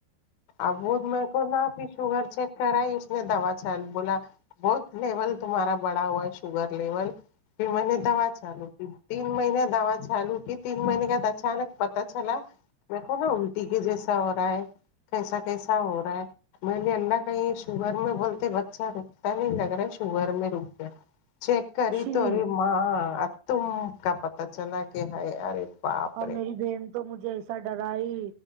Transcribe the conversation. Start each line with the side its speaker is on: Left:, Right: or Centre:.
Left: اب وہ میرے کو نا شوگر چیک کرائی اس نے دوا چل بولا بہت لیول تمہارا بڑا ہوا ہے شوگر لیول پھر میں نے دوا چالو تین مہینے دوا چالو تھی تین مہینے کے بعد اچانک پتا چلا میکو نا الٹی کے جیسا ہو رہا ہے کیسا کیسا ہو رہا ہے میں نے اللہ کہی شوگر میں بولتے بچہ رکتا نہیں لگ رہا شوگر میں رک گیا چیک کری
Right: ہ
Left: تو ارے ماں اب تم کا پت چلا کہ ہے رے ہے باپ
Right: اور میری بہن تو مجھے ایسا ڈرا ہی